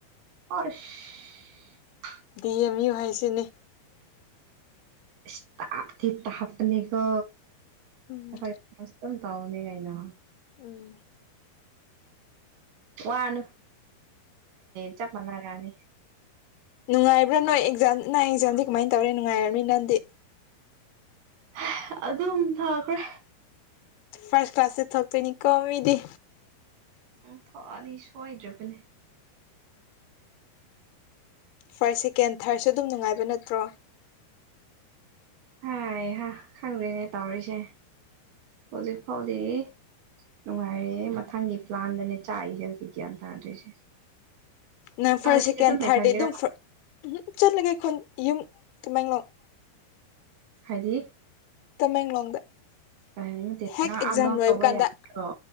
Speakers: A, on the right; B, on the left.
A: ꯑꯥꯏꯁ
B: ꯗꯤ ꯑꯦꯝ ꯌꯨ ꯍꯥꯏꯁꯤꯅꯤ
A: ꯏꯁ ꯊꯞꯇꯤ ꯊꯥꯞꯄꯅꯦ ꯀꯣ
B: ꯎꯝ
A: ꯑꯈꯣꯏ ꯃꯇꯝꯗꯁꯨ ꯗꯨꯝ ꯇꯧꯕꯅꯤ ꯀꯩꯅꯣ
B: ꯎꯝ
A: ꯋꯥꯅ ꯆꯞꯄꯅꯥꯔꯅꯤ
B: ꯅꯨꯡꯉꯥꯏꯕ꯭ꯔꯥ ꯅꯣꯏ ꯑꯦꯛꯖꯥꯝ ꯅꯪ ꯑꯦꯛꯖꯥꯝꯗꯤ ꯀꯃꯥꯏꯅ ꯇꯧꯔꯦ ꯅꯨꯡꯉꯥꯏꯔꯝꯅꯤ ꯅꯪꯗꯤ
A: ꯍꯥ ꯑꯗꯨꯝ ꯊꯥꯈ꯭ꯔꯦ
B: ꯐꯥꯔꯁ ꯀ꯭ꯂꯥꯁꯇ ꯊꯣꯛꯇꯣꯏꯅꯤꯀꯣ ꯃꯤꯗꯤ
A: ꯎꯝ ꯐꯅꯤ ꯁꯣꯏꯗ꯭ꯔꯕꯅꯦ
B: ꯐꯥꯔ꯭ꯁ ꯁꯦꯀꯦꯟ ꯊꯥꯔꯠꯁꯨ ꯑꯗꯨꯝ ꯅꯨꯡꯉꯥꯏꯕ ꯅꯠꯇ꯭ꯔꯣ
A: ꯍꯥꯏ ꯍꯥ ꯈꯪꯗ꯭ꯔꯦꯅꯦ ꯇꯧꯔꯤꯁꯦ ꯍꯧꯖꯤꯛ ꯐꯥꯎꯗꯤ ꯅꯨꯡꯉꯥꯏꯔꯦ ꯍꯦ ꯃꯊꯪꯒꯤ ꯄ꯭ꯂꯥꯟꯗꯅꯦ ꯆꯥꯛꯏꯁꯦ ꯍꯧꯖꯤꯛ ꯒ꯭ꯌꯥꯟ ꯇꯥꯗ꯭ꯔꯤꯁꯦ
B: ꯅꯪ ꯐꯥꯔꯁ
A: ꯁꯤꯗ
B: ꯁꯦꯀꯦꯟ
A: ꯑꯗꯨꯝ
B: ꯊꯥꯔꯗꯤ
A: ꯂꯩꯊꯒꯦꯔꯥ
B: ꯑꯗꯨꯝ ꯎꯝ ꯍꯞ ꯆꯠꯂꯒꯦ ꯈꯨꯟ ꯌꯨꯝ ꯇꯥꯃꯦꯡꯂꯣꯡ
A: ꯍꯥꯏꯗꯤ
B: ꯇꯃꯦꯡꯂꯣꯡꯗ
A: ꯀꯩ ꯍꯥꯏꯅꯤ ꯅꯠꯇꯦ
B: ꯍꯦꯛ
A: ꯅꯪ
B: ꯑꯦꯛꯖꯥꯝ
A: ꯑꯞ ꯗꯥꯎꯟ
B: ꯂꯣꯏꯕ
A: ꯇꯧꯕ
B: ꯀꯥꯟꯗ
A: ꯌꯥꯒꯗ꯭ꯔꯣ